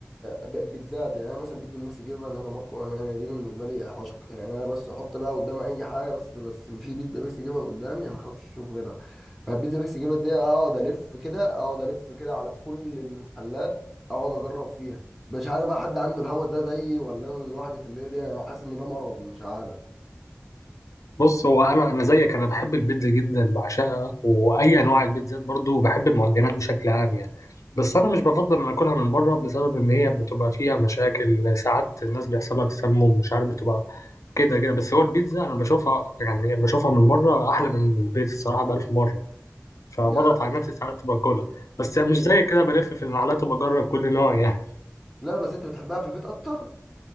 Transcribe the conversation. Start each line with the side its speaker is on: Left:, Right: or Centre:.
Centre: ب- بيتزات يعني انا مثلا بيتزا ميكس جبن هنا ماركو انا انا دي بالنسبه لي عشق يعني انا بس احط بقى قدام اي حاجه بس بس في بيتزا ميكس جبن قدامي انا خلاص مش هشوف غيرها فالبيتزا ميكس جبن دي اقعد الف كده اقعد الف كده على كل المحلات اقعد اجرب فيها مش عارف بقى حد عنده الهوس ده زيي ولا انا لوحدي في الليله دي انا حاسس ان ده مرض مش عارف
Left: بص هو انا انا زيك انا بحب البيتزا جدا بعشقها واي انواع البيتزات برضو بحب المعجنات بشكل عام يعني بس انا مش بفضل ان اكلها من بره بسبب ان هي بتبقى فيها مشاكل ساعات الناس بيحصلها تسمم مش عارف بتبقى كده كده بس هو البيتزا انا بشوفها يعني بشوفها من بره احلى من البيت الصراحه بألف مره فبضغط
Centre: لا
Left: على نفسي ساعات باكلها بس مش زي كده بلف في المحلات وبجرب كل نوع يعني
Centre: لا بس انت بتحبها في البيت اكتر